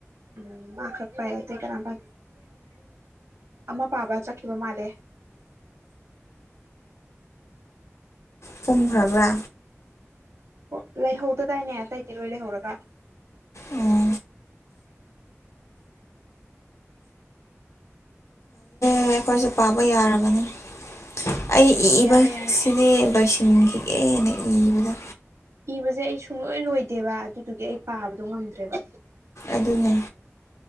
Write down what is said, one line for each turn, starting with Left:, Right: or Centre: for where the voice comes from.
Right: ꯎꯝ ꯃꯥ ꯈꯛ ꯄꯥꯏꯌꯦ ꯑꯇꯩ ꯀꯅꯥꯝ ꯄꯥꯗꯦ ꯑꯃ ꯄꯥꯕ ꯆꯠꯈꯤꯕ ꯃꯥꯜꯂꯦ
Left: ꯀꯨꯝꯈ꯭ꯔꯕ꯭ꯔꯥ
Right: ꯑꯣ ꯂꯩꯍꯧꯗꯗꯥꯏꯅꯦ ꯑꯇꯩꯗꯤꯂꯣꯏ ꯂꯩꯍꯧꯔꯒ
Left: ꯑꯣ ꯍꯦ ꯑꯩꯈꯣꯏꯁꯨ ꯄꯥꯕꯤ ꯌꯥꯔꯕꯅꯤ ꯑꯩ ꯏꯕꯁꯤꯗꯤ
Right: ꯌꯥꯔꯦ
Left: ꯂꯣꯏꯁꯤꯟ ꯂꯣꯏꯁꯟꯈꯤꯒꯦꯅ ꯏꯕꯗꯥ
Right: ꯏꯕꯁꯦ ꯑꯩ ꯁꯨꯡꯂꯣꯏ ꯂꯣꯏꯗꯦꯕ ꯑꯗꯨꯗꯨꯒꯤ ꯑꯩ ꯄꯥꯕꯗꯣ ꯉꯝꯗ꯭ꯔꯦꯕ
Left: ꯑꯗꯨꯅꯦ